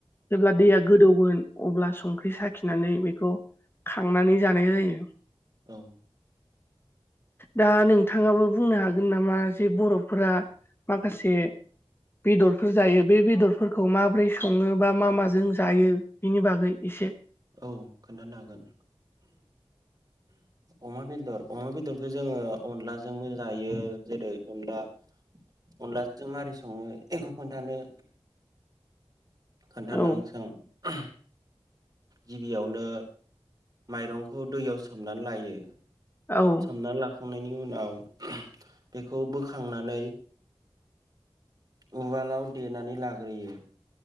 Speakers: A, on the left (about 20°); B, on the right (about 40°).
A: जेब्ला दैया गोदौगोन अब्ला संख्रि साखिनानै बि खौ खांनानै जानाय जायो।
B: औ।
A: दा नों नोंथाङाबो बुंनो हागोन नामा जे बर'फोरा माखासे बेदरफोर जायो। बे बेदरफोरखौ माबोरै सङो बा मा माजों जायो? बेनि बागै एसे
B: औ खोनथानो हागोन। अमा बेदर अमा बेदरखौ जोङो अनलाजोंबो जायो जेरै अनला अनलाजों माबारै सङो एखौ खोन्थानो खोन्था
A: औ
B: <unintelligible> गिबियावनो माइरंखौ दैयाव सोमनानै लायो।
A: औ
B: सोमनानै लाखांनायनि उनाव बेखौ बोखांनानै उवालाव देनानै लाग्रोयो।